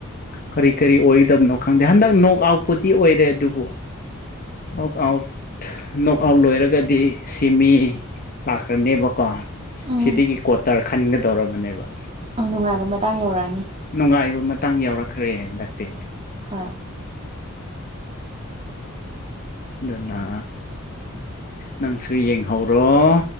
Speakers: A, on the left; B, on the right.
A: ꯀꯔꯤ ꯀꯔꯤ ꯑꯣꯏꯗꯕꯅꯣ ꯈꯪꯗꯦ ꯍꯟꯗꯛ ꯅꯣꯛ ꯑꯥꯎꯠꯄꯨꯗꯤ ꯑꯣꯏꯔꯦ ꯑꯗꯨꯕꯨ ꯅꯣꯛ ꯑꯥꯎꯠ ꯅꯣꯛ ꯑꯥꯎꯠ ꯂꯣꯏꯔꯒꯗꯤ ꯁꯤꯃꯤ ꯂꯥꯛꯈ꯭ꯔꯅꯦꯕꯀꯣ
B: ꯎꯝ
A: ꯁꯤꯗꯒꯤ ꯀ꯭ꯋꯥꯇꯔ ꯈꯟꯒꯗꯧꯔꯕꯅꯦꯕ
B: ꯑ ꯅꯨꯡꯉꯥꯏꯕ ꯃꯇꯥꯡ ꯌꯧꯔꯛꯑꯅꯤ
A: ꯅꯨꯡꯉꯥꯏꯕ ꯃꯇꯥꯡ ꯌꯥꯎꯔꯛꯈ꯭ꯔꯦ ꯂꯛꯇꯦ
B: ꯍꯣꯏ
A: ꯑꯗꯨꯅꯥ ꯅꯪꯁꯨ ꯌꯦꯡꯍꯧꯔꯣꯖ